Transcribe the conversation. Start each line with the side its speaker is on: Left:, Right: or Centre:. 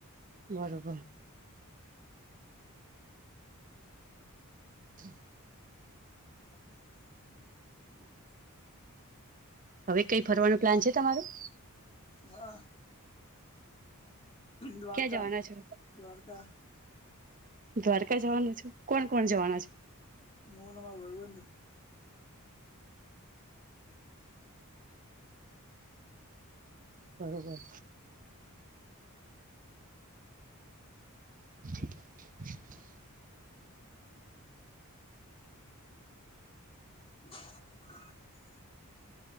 Right: બરોબર <inaudible>
Left: <inaudible>
Right: હવે કઈ ફરવાનું પ્લાન છે તમારું?
Left: હા દ્વારકા
Right: ક્યાં જવાના છો?
Left: દ્વારકા
Right: દ્વારકા જવાનું છે કોણ કોણ જવાના છ
Left: હું અને માર ભાઈબંધો <inaudible>
Right: બરોબર. <inaudible>
Left: <inaudible>